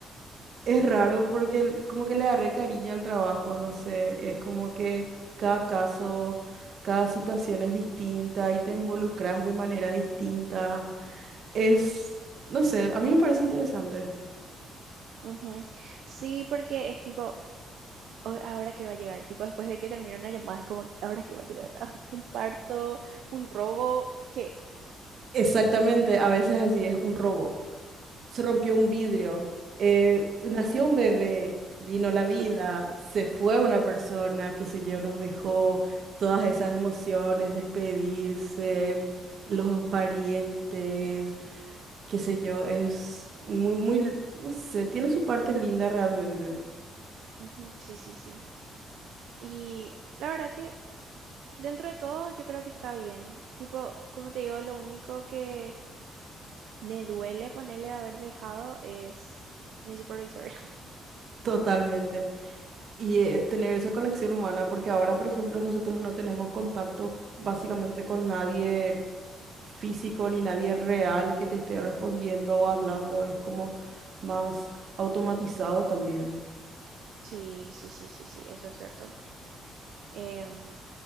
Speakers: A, on the right; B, on the right.
A: Es raro porque el- como que le agarré cariño al trabajo, no sé, es como que cada caso, cada situación es distinta y te involucras de manera distinta. Es,
B: ujú.
A: no sé, a mí me parece interesante.
B: Ujú. Sí, porque es tipo, "Ay, ahora que va a llegar, tipo después de que termina una llamada, es como, ahora que va a llegar, Ah, <laughs> un parto, un robo, que
A: Exactamente, a veces así es un robo. Se rompió un vidrio, eh, nació un bebé, vino la vida,
B: <laughs>
A: se fue una persona, qué sé yo, nos dejó todas esas emociones, despedirse, los parientes. qué sé yo, es muy, muy, no sé, tiene su parte linda realmente,
B: Ujú, Sí, sí, sí. Y la verdad que dentro de todo yo creo que está bien. Tipo, como te digo, lo único que me duele ponerle de haber dejado es mi supervisor. <laughs>
A: totalmente. Y eh, tener esa conexión humana, porque ahora, por ejemplo, nosotros no tenemos contacto básicamente con nadie físico ni nadie real que te esté respondiendo o hablando, es como más automatizado también.
B: Sí, sí, sí, sí, sí, eso es cierto. Em,